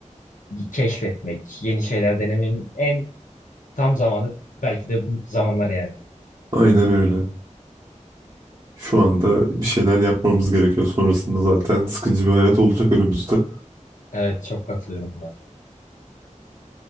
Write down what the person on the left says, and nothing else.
keşfetmek, yeni şeyler denemenin en tam zamanı belki de bu zamanlar yani.
Evet çok katılıyorum buna.